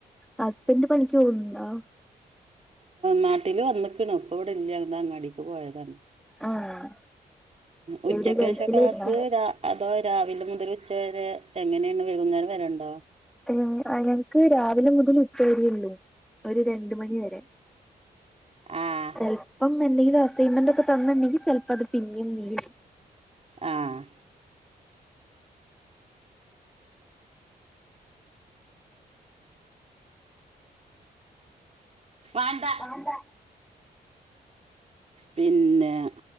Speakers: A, in the centre; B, on the right.
A: ഹസ്ബൻഡ് പണിക്ക് പോവുന്നുണ്ടോ
B: നാട്ടില് വന്നിക്ക്ണു. ഇപ്പ ഇവിടെ ഇല്ല എന്ത അങ്ങാടിക്ക് പോയതാണ്
A: ആഹ്
B: ഉച്ചക്കേശ
A: എവിടെ ഗൾഫിലായിരുന്നോ
B: ക്ലാസ്സ് രാ അതോ രാവിലെ മുതൽ ഉച്ച വരെ എങ്ങനെയാണ് വൈകുന്നേരം വരെ ഇണ്ടോ
A: ഏ ഞങ്ങൾക്ക് രാവിലെ മുതൽ ഉച്ചവരെ ഒള്ളൂ ഒരു രണ്ട് മണിവരെ.
B: ആഹ്
A: ചെൽപ്പം എന്തെങ്കിലും അസൈൻമെന്റ് ഒക്കെ തന്നിണ്ടെങ്കിൽ ചിലപ്പോ അത് പിന്നിം നീടും
B: ആഹ് വാണ്ട
A: വാണ്ട
B: പിന്നെ